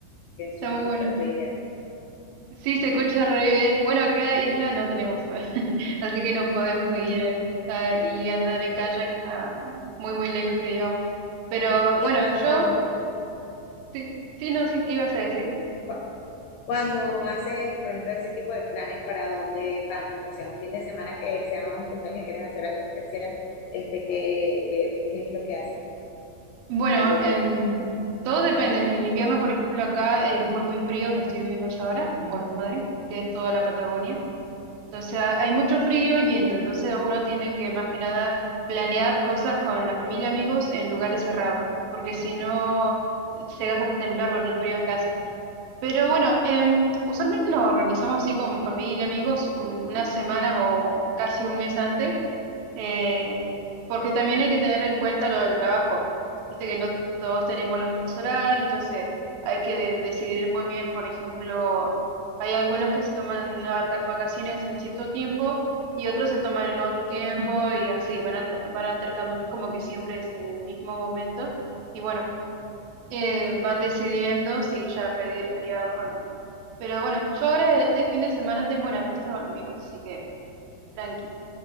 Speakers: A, on the left; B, on the right.
A: que
B: está
A: son
B: muy
A: súper
B: bueno.
A: bellas.
B: Sí, se escucha re bien. Bueno, acá isla no tenemos, <laughs> así que no podemos ir eh, a- y andar en kayak ah, muy, muy lejos que digamos. Pero bueno,
A: Y cuando,
B: yo, sí, sí, no sé qué ibas a decir.
A: cu- cuando haces, por ejemplo, ese tipo de planes, ¿para dónde van? O sea, un fin de semana que sea un cumpleaños y quieres hacer algo especial, este, ¿qué, qué, qué es lo que hacen?
B: Bueno,
A: ¿A dónde
B: em,
A: van?
B: todo depende. En invierno, por ejemplo, acá es muy, muy frío, donde estoy viviendo yo ahora, en Puerto Madrid, que es toda la Patagonia. Entonces ha-
A: Qué
B: hay mucho frío y viento, entonces uno tiene que más que nada planear cosas con la familia, amigos, en lugares cerrados, porque si no, llegas a temblar con el frío que hace. Pero bueno, em, usualmente nos organizamos así con familia, amigos, un- unas semanas o casi un mes antes eh, porque también hay que tener en cuenta lo del trabajo. Viste que no todos tenemos los mismos horarios, entonces hay que de- decidir muy bien, por ejemplo, hay algunos que se toman una vaca- vacaciones en cierto tiempo y otros se toman en otro tiempo y así van, al- van altercando, no es como que siempre es en el mismo momento y bueno, eh, van decidiendo si ya pedir feriados o no. Pero bueno, yo ahora este fin de semana tengo una fiesta con amigos, así que tranqui,